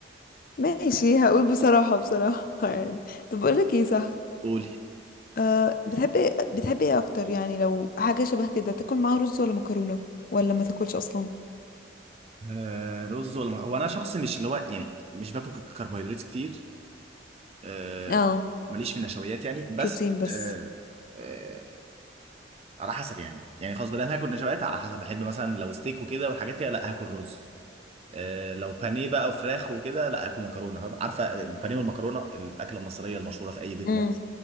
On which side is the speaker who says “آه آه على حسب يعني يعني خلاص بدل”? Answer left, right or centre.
Right